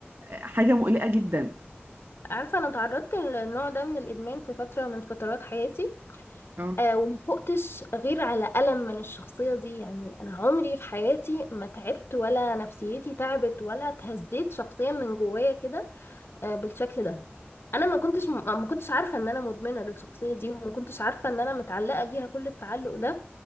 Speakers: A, on the right; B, on the left.
A: حاجة مقلقة جدا
B: عارفة أنا تعرضت للنوع ده من الإدمان في فترة من فترات حياتي
A: اه
B: آه ومفقتش غير على ألم من الشخصية دي يعني أنا عمري في حياتي ما تعبت ولا نفسيتي تعبت ولا اتهزيت شخصيا من جوايا كده آه بالشكل ده أنا ما كنتش ما كنتش عارفة إن أنا مدمنة للشخصية دي وما كنتش عارفة إن أنا متعلقة بيها كل التعلق ده